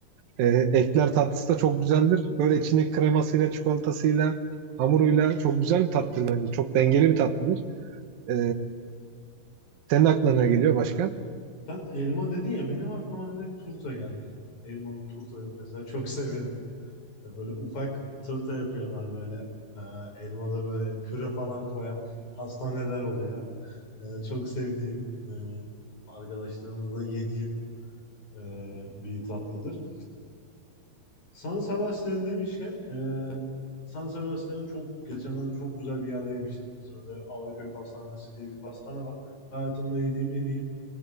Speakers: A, on the right; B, on the left.
A: E, ekler tatlısı da çok güzeldir. Böyle içindeki kremasıyla, çikolatasıyla, hamuruyla çok güzel bir tatlıdır bence. Çok dengeli bir tatlıdır. E, senin aklına ne geliyor başka?
B: Sen elma dedin ya benim aklıma direkt turta geldi yani Elmalı turta mesela çok severim. E, Böyle ufak turta yapıyorlar böyle. E, elmalı böyle püre falan koyan pastaneler oluyor. E, çok sevdiğim, e, arkadaşlarımla da yediğim e, bir tatlıdır. San Sebastian demişken e, San Sebastian'ı çok geçenlerde çok güzel bir yerde yemiştim. İzmir'de Alaköy Pastanesi diye bir pastane var. Hayatımda yediğim en iyi